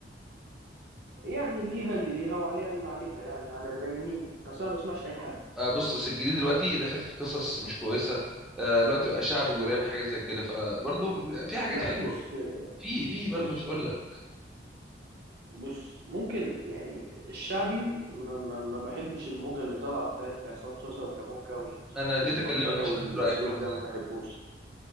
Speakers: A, on the right; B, in the centre.
A: يعني ليها اللي ليها وعليها اللي عليها يعني على زي مين اصلا ما بسمعش اي حد
B: آه بص أصل الجديد دلوقتي داخل في قصص مش كويسه آه دلوقتي بقى شعبي وراب حاجات زي كده فبرضه في حاجات
A: لا
B: حلوه
A: بص
B: في في برضه
A: بص
B: مش هقول لك
A: بص ممكن يعني الشعبي ما, ما, ما بحبش الموجة اللي طالعة بتاعت عصام صاصا وكابونجا وال...
B: انا
A: والبلطجة
B: جيت اكلمك عشان
A: والأسلوب
B: اخد رايك في الحوار
A: ده ما بحبوش